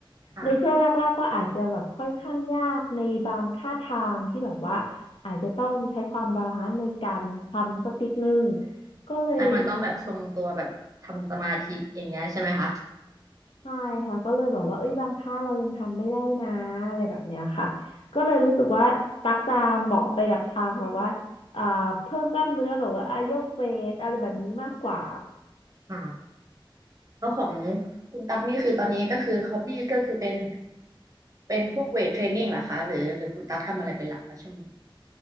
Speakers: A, on the right (about 40°); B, on the left (about 90°).
A: <laughs> ค่ะ
B: ในช่วงแรกๆก็อาจจะแบบค่อนข้างยากในบางท่าทางที่แบบว่าอาจจะต้องใช้ความบาลานซ์ในการทำสักนิดนึงก็เลย
A: แต่มันต้องแบบทรงตัวแบบทำสมาธิอย่างเงี้ยใช่ไหมคะ
B: ใช่ค่ะก็เลยแบบว่าเอ้ยบางท่าเรายังทำไม่ได้นะอะไรแบบเนี้ยค่ะก็เลยรู้สึกว่าตักตามเหมาะไปกับทางแบบว่าอ่าเพิ่มกล้ามเนื้อแบบว่าอายกเวทอะไรแบบนี้มากกว่า
A: อ่าแล้วของคุณตั๊กนี่คือตอนนี้ก็คือฮอบบี้ก็คือเป็นเป็นพวกเวทเทรนนิ่งเหรอคะหรือหรือคุณตั๊กทำอะไรเป็นหลักคะช่วงนี้